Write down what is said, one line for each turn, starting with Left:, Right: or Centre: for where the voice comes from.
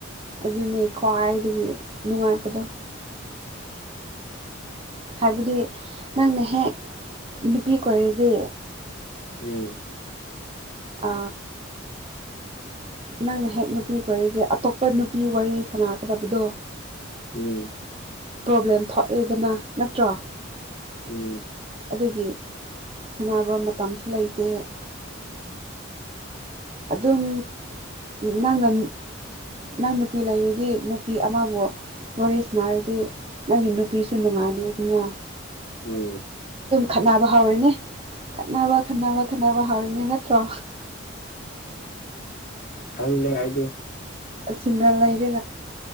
Right: ꯑꯗꯨꯅꯦ ꯈ꯭ꯋꯥꯏꯗꯒꯤ ꯅꯨꯡꯉꯥꯏꯕꯗꯣ ꯍꯥꯏꯕꯗꯤ ꯅꯪꯅ ꯍꯦꯛ ꯅꯨꯄꯤ ꯑꯣꯏꯔꯗꯤ
Left: ꯎꯝ
Right: ꯑ ꯅꯪꯅ ꯍꯦꯛ ꯅꯨꯄꯤꯒ ꯋꯥꯔꯤꯁꯦ ꯑꯇꯣꯞꯄ ꯅꯨꯄꯤ ꯋꯥꯔꯤ ꯁꯥꯟꯅꯛꯒꯗꯕꯗꯣ
Left: ꯎꯝ
Right: ꯄ꯭ꯔꯣꯕ꯭ꯂꯦꯝ ꯊꯣꯛꯑꯦꯗꯅ ꯅꯠꯇ꯭ꯔꯣ
Left: ꯎꯝ
Right: ꯑꯗꯨꯒꯤ ꯁꯥꯟꯅꯕ ꯃꯇꯝꯁꯨ ꯂꯩꯇꯦ ꯑꯗꯨꯝ ꯅꯪꯅ ꯅꯪ ꯅꯨꯄꯤ ꯂꯩꯔꯤꯗꯤ ꯅꯨꯄꯤ ꯑꯃꯕꯨ ꯋꯥꯔꯤꯁꯤ ꯅꯥꯔꯗꯤ ꯅꯪꯒꯤ ꯅꯨꯄꯤꯁꯨ ꯅꯨꯡꯉꯥꯏꯗꯦ ꯑꯗꯨꯅ
Left: ꯎꯝ
Right: ꯈꯠꯅꯕ ꯍꯧꯥꯎꯔꯅꯦ ꯈꯠꯅꯕ ꯈꯠꯅꯕ ꯈꯠꯅꯕ ꯍꯥꯎꯔꯅꯦ ꯅꯠꯇ꯭ꯔꯣ
Left: ꯎꯝ ꯊꯦ ꯍꯥꯏꯗ
Right: ꯁꯤꯡꯒꯥꯜ ꯂꯩꯔꯥ